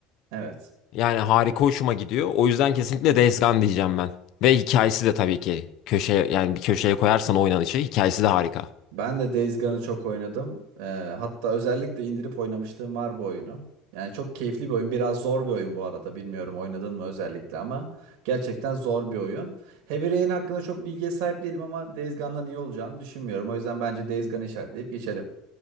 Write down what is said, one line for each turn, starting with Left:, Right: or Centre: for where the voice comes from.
Right: Evet.
Left: Yani harika hoşuma gidiyor. O yüzden kesinlikle Days Gone diyeceğim ben. Ve hikayesi de tabii ki köşeye yani bir köşeye koyarsan oynanışı hikayesi de harika.
Right: Ben de Days Gone'ı çok oynadım. Ee, hatta özellikle indirip oynamışlığım var bu oyunu. Yani çok keyifli bir oyun. Biraz zor bir oyun bu arada. Bilmiyorum oynadın mı özellikle ama gerçekten zor bir oyun. Heavy Rain hakkında çok bilgiye sahip değilim ama Days Gone'dan iyi olacağını düşünmüyorum. O yüzden bence Days Gone'ı işaretleyip geçelim.